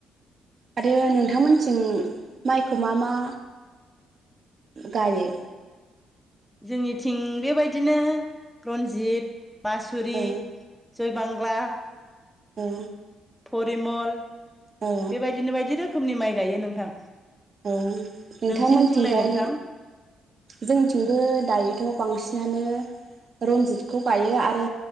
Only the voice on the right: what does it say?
आरो नोंथांमोनथिं माइखौ मा मा गायो
औ
औ
औ
औ नोंथांमोनथिंजाय
जोंथिंबो दायोथ' बांसिनानो रनजितखौ गायो आरो